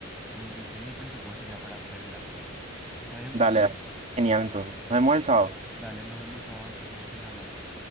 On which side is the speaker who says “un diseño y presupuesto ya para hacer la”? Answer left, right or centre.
Centre